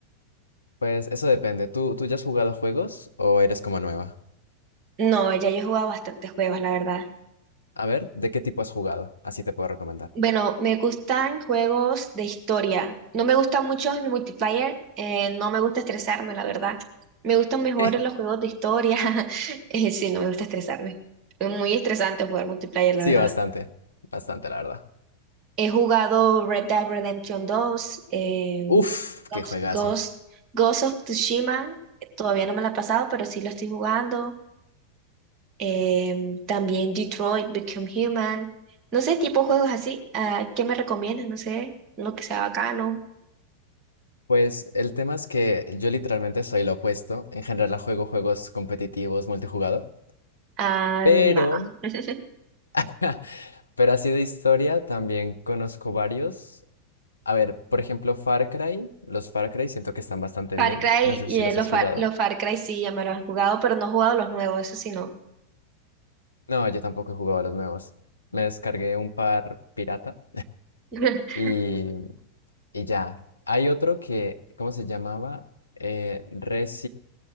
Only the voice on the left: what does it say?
pues eso depende. ¿Tú, tú ya has jugado juegos o eres como nueva?
A ver, ¿de qué tipo has jugado? Así te puedo recomendar.
<laughs>
Sí,
bastante, bastante, la verdad.
Uf,
qué juegazo.
Pues el tema es que yo literalmente soy lo opuesto. En general, la juego juegos competitivos, multijugador.
Pero,
<laughs> pero así de historia también conozco varios. A ver, por ejemplo, Far Cry. Los Far Cry siento que están bastante
bien.
No sé
si
los
has
jugado.
No, yo tampoco he jugado a los nuevos. Me descargué un par pirata
y, y ya. Hay otro que, ¿cómo se llamaba? Eh, Re